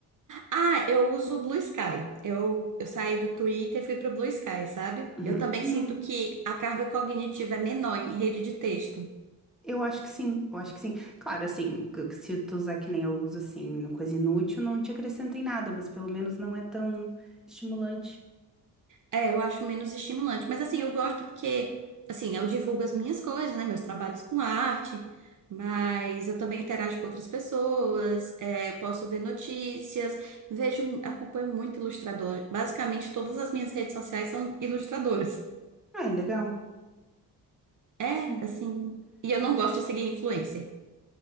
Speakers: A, on the right (about 50°); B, in the centre.
A: Ah, eu uso o Blue Sky. Eu, eu saí do Twitter e fui pro Blue Sky, sabe?
B: Uhum.
A: Eu também
B: Não,
A: sinto que a carga cognitiva é menor em rede de texto.
B: eu acho que sim, eu acho que sim. Claro, assim, que- que se tu usar que nem eu uso, assim, coisa inútil, não te acrescenta em nada, mas pelo menos não é tão estimulante.
A: É, eu acho menos estimulante. Mas assim, eu gosto porque, assim, eu divulgo as minhas coisas, né? Meus trabalhos com arte, mas eu também interajo com outras pessoas, é, eu posso ver notícias, vejo, acompanho muito ilustrador. Basicamente, todas as minhas redes sociais são ilustradores.
B: Ah, é legal,
A: É,
B: sim.
A: assim. E eu
B: E
A: não
B: t-
A: gosto de seguir influencer.